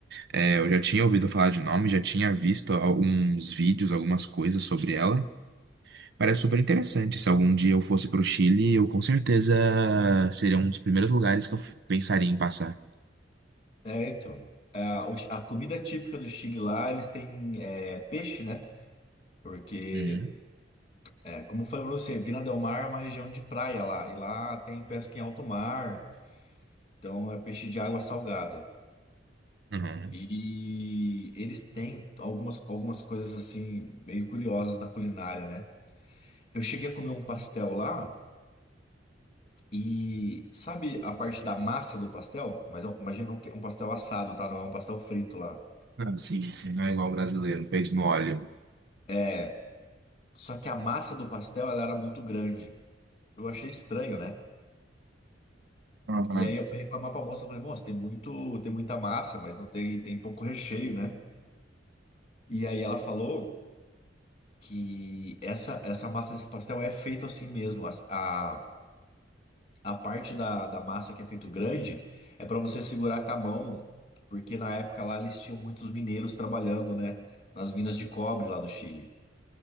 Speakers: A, on the right; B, on the left.
A: É, eu já tinha ouvido falar de nome, já tinha visto alguns vídeos, algumas coisas sobre ela. Parece super interessante. Se algum dia eu fosse pro Chile, eu com certeza seria um dos primeiros lugares que eu f- pensaria em passar.
B: É, então. A, o chi- a comida típica do Chile lá, eles têm é, peixe, né? Porque,
A: Uhum.
B: é, como eu falei pra você, Vina del Mar é uma região de praia lá. E lá tem pesca em alto mar. Então é peixe de água salgada.
A: Uhum.
B: E eles têm algumas, algumas coisas assim, meio curiosas na culinária, né? Eu cheguei a comer um pastel lá. E sabe a parte da massa do pastel? Mas ó, imagina um que é um pastel assado, tá? Não é um pastel frito lá.
A: Ah, sim, sim, não é igual brasileiro, feito no óleo.
B: É, só que a massa do pastel ela era muito grande. Eu achei estranho, né?
A: Uhum.
B: E aí eu fui reclamar pra moça, eu falei, moça, tem muito, tem muita massa, mas não tem, tem pouco recheio, né? E aí ela falou que essa essa massa desse pastel é feito assim mesmo. A, a parte da, da massa que é feito grande é para você segurar com a mão, porque na época lá eles tinham muitos mineiros trabalhando, né, nas minas de cobre lá do Chile.